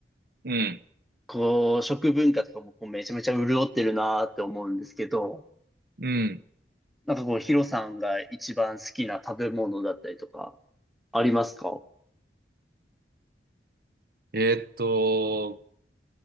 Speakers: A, on the right; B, in the centre.
A: うん。
B: こう、食文化とかもこう、めちゃめちゃ潤ってるなーって思うんですけど、
A: うん。
B: なんかこう、ヒロさんが一番好きな食べ物だったりとか、ありますか
A: えーっと、